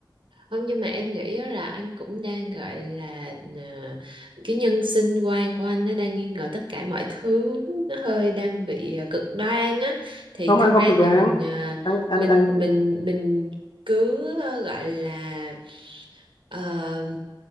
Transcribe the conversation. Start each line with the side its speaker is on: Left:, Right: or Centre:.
Right: không nhưng mà em nghĩ á là anh cũng đang gọi là à, cái nhân sinh quan của anh nó đang nghi ngờ tất cả mọi thứ nó hơi đang bị à, cực đoan á thì
Left: không
Right: thật
Left: anh không
Right: ra
Left: cực đoan
Right: thì mình à,
Left: anh anh
Right: mình
Left: anh
Right: mình mình cứ à, gọi là ờ,